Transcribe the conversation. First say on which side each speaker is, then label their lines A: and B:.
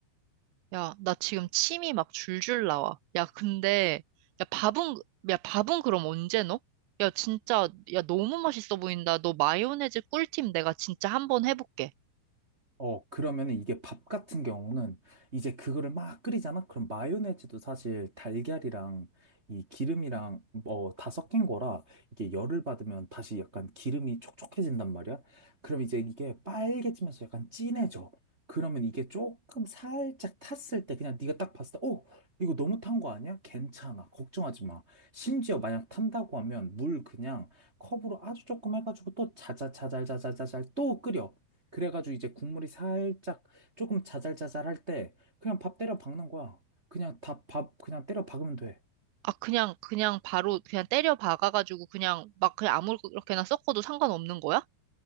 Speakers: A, on the right; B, on the right.
A: 야, 나 지금 침이 막 줄줄 나와. 야, 근데 야, 밥은 야, 밥은 그럼 언제 넣어? 야, 진짜 야, 너무 맛있어 보인다. 너 마요네즈 꿀팁 내가 진짜 한 번 해볼게.
B: 어, 그러면은 이게 밥 같은 경우는 이제 그거를 막 끓이잖아? 그럼 마요네즈도 사실 달걀이랑 이 기름이랑 뭐 다 섞인 거라 이게 열을 받으면 다시 약간 기름이 촉촉해진단 말이야? 그럼 이제 이게 빨개지면서 약간 진해져. 그러면 이게 조금 살짝 탔을 때 그냥 네가 딱 봤을 때, 어, 이거 너무 탄 거 아니야? 괜찮아. 걱정하지 마. 심지어 만약 탄다고 하면 물 그냥 컵으로 아주 조금 해가지고 또 자자자잘자자자잘 또 끓여. 그래가지고 이제 국물이 살짝 조금 자잘자잘할 때 그냥 밥 때려 박는 거야. 그냥 다 밥 그냥 때려 박으면 돼.
A: 아, 그냥 그냥 바로 그냥 때려 박아가지고 그냥 막 그냥 아무렇게나 섞어도 상관없는 거야?